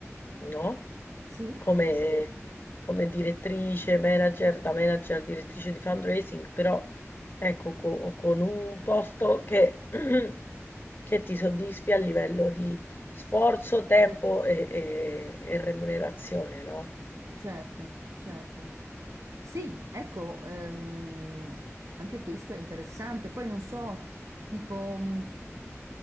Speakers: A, on the left; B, on the right.
A: no?
B: Sì,
A: Come, come direttrice, manager, da manager, direttrice di fundraising, però ecco, co- con un posto che, <clears throat> che ti soddisfi a livello di sforzo, tempo e, e- e remunerazione, no?
B: certo, certo. Sì, ecco, ehm, anche questo è interessante. Poi non so, tipo, mh,